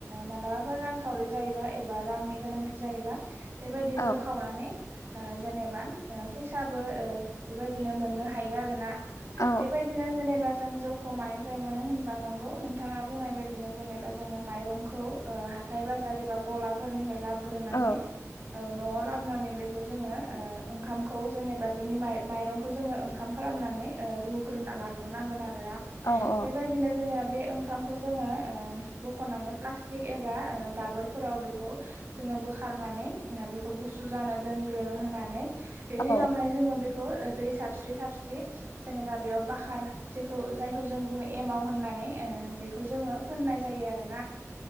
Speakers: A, on the right; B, on the left.
A: मालाबाफोर रांखावरि जायोबा एबा रांनि गोनांथि जायो जायोबा बेबायदि
B: औ
A: जौ सावनानै ओ जेनेबा फैसाबो बेबायदिनो मोननो हायो आरोना
B: औ
A: बेबायदिनो जेनेबा जों जौखौ मानिफ्राय मोनो होनबा नंगौ नोंथाङा बुंनाय बायदिनो जेनेबा जोङो माइरंखौ ओ हाथाय बाजार एबा गलाफोरनिफ्राय लाबो ग्रोनानै
B: औ
A: न'आव लाबोनानै बेखौ जोङो ओंखामखौ जेनेबा बेनि माइ माइरंखौ जोङो ओंखाम खालामनानै रुग्रोना लाग्रोनांगोन आरो।
B: औ
A: बेबायदिनो जुमाया बे ओंखामखौ जोङो ओ बखनानै प्लस्टिक एबा दाबोरफोराव बेखौ बोखारनानै बेखौ गुसु जानो दोनग्रोनो होनानै बेनि
B: औ
A: उनावहाय जोङो बेखौ ओ दै साबस्रि-साबस्रि जेनेबा बेयाव बाखार जेखौ जायखौ जों बुङो एमाव होननानै ओ बेखौ जोङो फोननाय जायो आरोना